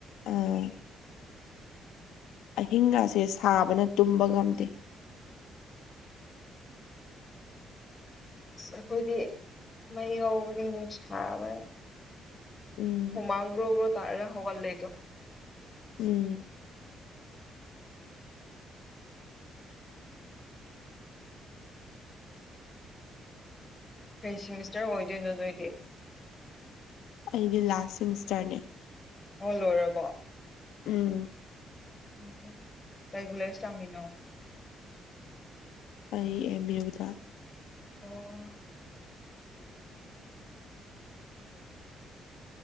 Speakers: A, on the left; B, on the left.
A: ꯑꯥ ꯑꯍꯤꯡꯒꯁꯦ ꯁꯥꯕꯅ ꯇꯨꯝꯕ ꯉꯝꯗꯦ
B: ꯑꯁ ꯑꯩꯈꯣꯏꯗꯤ ꯃꯩ ꯍꯧꯕꯅꯤꯅꯦ ꯁꯥꯕꯅ
A: ꯎꯝ
B: ꯍꯨꯃꯥꯡ ꯑꯣꯔ ꯑꯣꯔ ꯇꯔꯥ ꯍꯧꯒꯠꯂꯦ ꯑꯩꯗꯣ
A: ꯎꯝ
B: ꯀꯩ ꯁꯤꯃꯤꯁꯇ꯭ꯔ ꯑꯣꯏꯗꯣꯏꯅꯣ ꯅꯣꯏꯗꯤ
A: ꯑꯩꯗꯤ ꯂꯥꯁ ꯁꯦꯃꯤꯁꯇ꯭ꯔꯅꯦ
B: ꯑꯣ ꯂꯣꯏꯔꯕꯣ
A: ꯎꯝ
B: ꯑꯝ ꯀꯩ ꯀꯣꯂꯦꯁ ꯇꯥꯝꯃꯤꯅꯣ
A: ꯑꯩ ꯑꯦꯝ ꯌꯨꯗ
B: ꯑꯣ